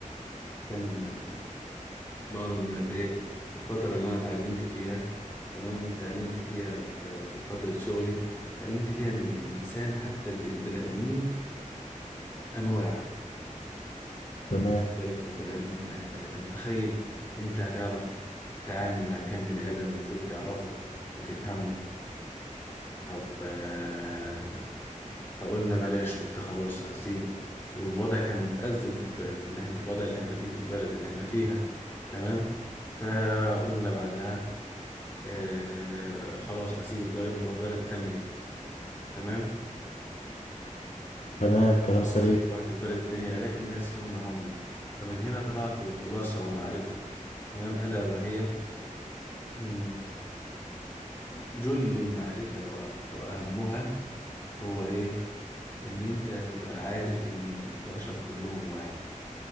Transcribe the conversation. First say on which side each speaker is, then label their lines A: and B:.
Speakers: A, on the left; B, on the left.
A: كان بعض من الايه الفترة اللي انا اتعلمت فيها تمام اتعلمت فيها في, في فترة شغلي اتعلمت فيها ان الانسان حتى ال- البني ادمين انواع
B: تمام
A: بالك في البني ادم يعني انت انت متخيل انت هتعرف تتعامل مع كام بني ادم المفروض تعرفه وتفهمه طب آه، فقلنا بلاش قلت خلاص اسيب والوضع كان متأزم في الب... في اللي احنا في الوضع اللي احنا فيه في البلد اللي احنا فيها تمام فقلنا بعدها آه خلاص اسيب البلد واروح بلد تانية تمام
B: تمام كلام سليم
A: رحت البلد التانية الاقي الناس هم هم فمن هنا طلعت بخلاصة ومعرفة تمام الا وهي ان جل المعرفة وأك- واهمها هو ايه ان انت تبقى عارف ان البشر كلهم واحد